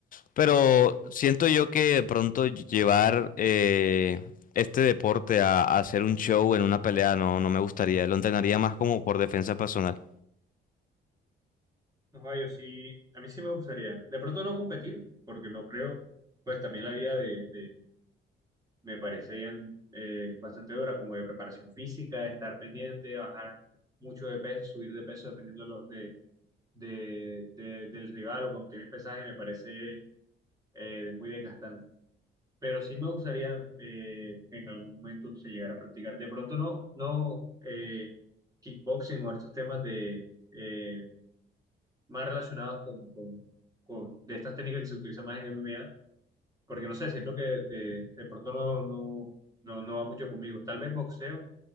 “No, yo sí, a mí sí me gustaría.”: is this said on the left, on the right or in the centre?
Right